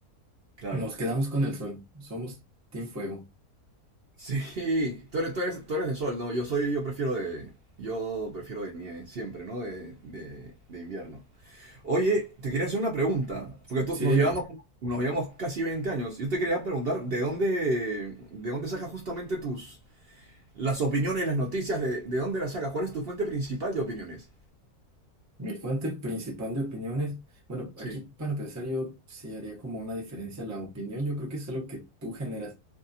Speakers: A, on the right (about 55°); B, on the right (about 25°).
A: claro.
B: nos quedamos con el sol, somos Team Fuego.
A: Sí, <laughs> tú eres, tú eres, tú eres de sol, ¿no? Yo soy, yo prefiero de, yo prefiero de nieve, siempre, ¿no? De, de, de invierno. Oye, te quería hacer una pregunta, porque tú,
B: Sí,
A: nos
B: dime.
A: llevamos, nos llevamos casi 20 años. Yo te quería preguntar, ¿de dónde, de dónde sacas justamente tus, las opiniones, las noticias, de, de dónde las sacas? ¿Cuál es tu fuente principal de opiniones?
B: Mi fuente principal de opiniones, bueno,
A: Sí,
B: aquí para empezar yo sí haría como una diferencia la opinión, yo creo que es algo que tú generas,